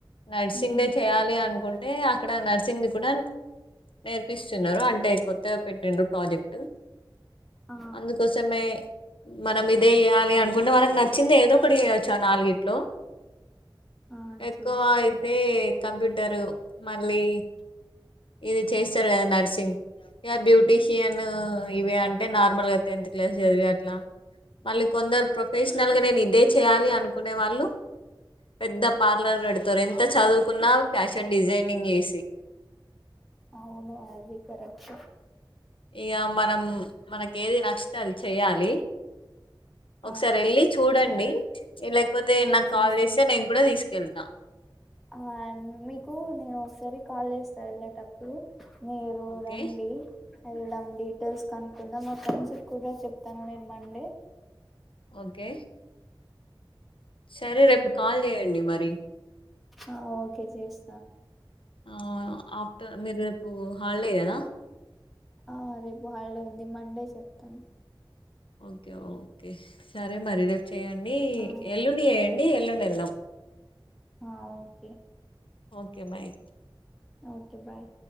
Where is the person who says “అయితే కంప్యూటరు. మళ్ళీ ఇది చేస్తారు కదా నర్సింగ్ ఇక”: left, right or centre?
Left